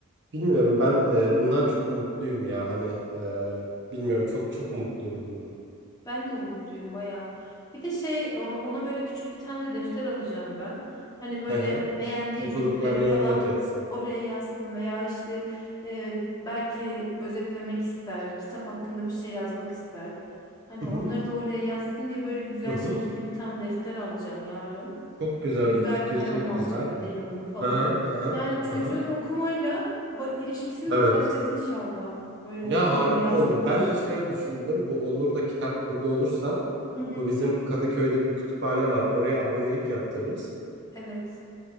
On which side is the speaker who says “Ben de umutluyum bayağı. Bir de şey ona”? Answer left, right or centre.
Left